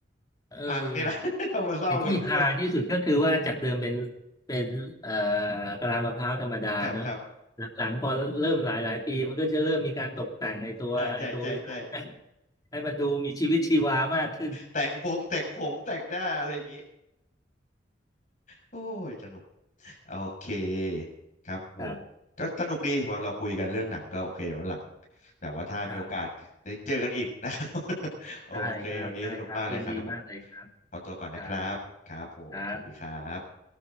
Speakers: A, on the left (about 20°); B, on the left (about 45°).
A: เออ
B: พังเนี่ยนะ <laughs> เรามาเศร้ากับลูกวอลเลย์
A: ไอ้ที่ฮาที่สุดก็คือว่าจากเดิมเป็นเป็นเอ่อกะลามะพร้าวธรรมดาเนอะ
B: ครับครับ
A: หลังๆพอเริ่มหลายหลายปีมันก็จะเริ่มมีการตกแต่งไอ้ตัวไอ้ตัววิวให้
B: อ่าใช่ใช่ใช่
A: ให้มันดูมีชีวิตชีวามากขึ้น
B: แต่งวงแต่งผมแต่งหน้าอะไรอย่างงี้โอ้ยสนุก โอเคครับผมก็สนุกดีว่าเราคุยกันเรื่องหนังก็โอเควันหลัง
A: ครับ
B: แบบว่าถ้ามีโอกาสได้เจอกันอีกนะ
A: ครับ
B: <laughs> โอเควันนี้สนุกมากเลยครับเดี๋ยวผม
A: ได้ครับได้ครับยินดีมากเลยครับ
B: ขอตัวก่อนนะครับครับผมสวัสดีครับ
A: ครับครับ